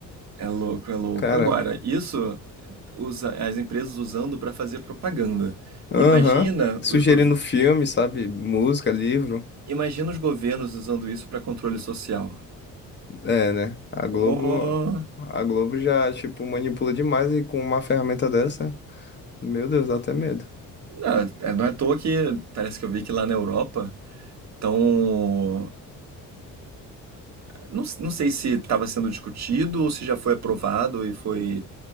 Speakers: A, on the right (about 55°); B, on the left (about 35°).
A: É louco, é louco.
B: cara,
A: Agora, isso usa, as empresas usando para fazer propaganda.
B: aham,
A: Imagina
B: sugerindo
A: os, gov-
B: filme, sabe? Música, livro.
A: Imagina os governos usando isso para controle social.
B: É, né? A Globo,
A: Oh.
B: a Globo já tipo manipula demais e com uma ferramenta dessa, meu Deus, dá até medo.
A: Não, é, não é à toa que parece que eu vi que lá na Europa estão. Não, não sei se estava sendo discutido ou se já foi aprovado e foi